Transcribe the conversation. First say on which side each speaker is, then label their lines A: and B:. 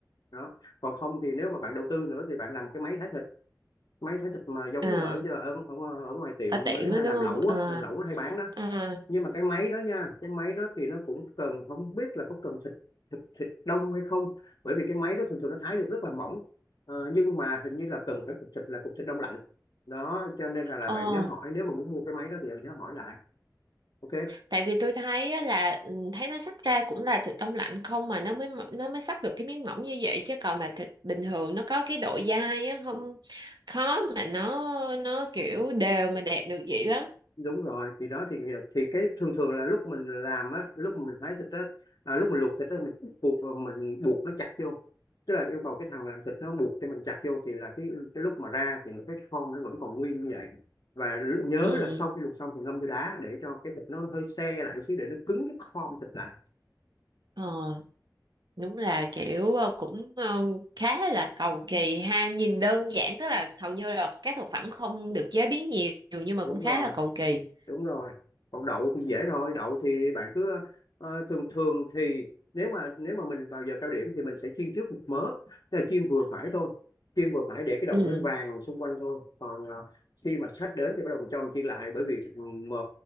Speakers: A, on the left; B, on the right.
A: đó còn không thì nếu mà bạn đầu tư nữa thì bạn làm một cái máy thái thịt máy thái thịt mà giống
B: à
A: như ở ở, ở, ở ngoài tiệm
B: ở tiệm
A: mới hay
B: á đúng
A: làm
B: không
A: lẩu á
B: à
A: làm lẩu nó hay bán đó
B: à
A: nhưng mà cái máy đó nha cái máy đó thì nó cũng cần không biết là có cần thịt thịt thịt đông hay không bởi vì cái máy đó thường thường nó thái được rất là mỏng Ờ, nhưng mà hình như là cần phải cục thịt là cục thịt đông lạnh đó cho nên là, là
B: ờ
A: bạn nhớ hỏi nếu mà muốn mua cái máy đó thì bạn nhớ hỏi lại ok
B: tại vì tôi thấy á là ừ, thấy nó xắt ra cũng là thịt đông lạnh không mà nó mới nó mới xắt được cái miếng mỏng như vậy chứ còn mà thịt bình thường nó có cái độ dai á không khó mà nó nó kiểu đều mà đẹp được vậy lắm
A: đúng rồi thì đó thì thì cái thường thường là lúc mình làm á lúc mình thái thịt á à, lúc mình luộc thịt á mình buộc ờ, mình buộc nó chặt vô tức là yêu cầu cái thằng làm thịt nó buộc cho mình chặt vô thì là cái cái lúc mà ra thì cái form nó vẫn còn nguyên như vậy và l- nhớ
B: ừ
A: là sau khi luộc xong thì ngâm vô đá để cho cái thịt nó hơi se lại một xíu để nó cứng cái form thịt lại
B: ờ đúng là kiểu ờ, cũng ờ, khá là cầu kỳ ha nhìn đơn giản tức là hầu như là các thực phẩm không được chế biến nhiều nhưng mà
A: đúng
B: cũng khá
A: rồi
B: là cầu kỳ
A: đúng rồi còn đậu thì dễ rồi đậu thì bạn cứ ờ, thường thường thì nếu mà nếu mà mình vào giờ cao điểm thì mình sẽ chiên trước một mớ tức là chiên vừa phải thôi chiên vừa phải để cái đậu
B: ừ
A: nó vàng xung quanh thôi còn ờ, khi mà khách đến thì bắt đầu mình cho mình chiên lại bởi vì mà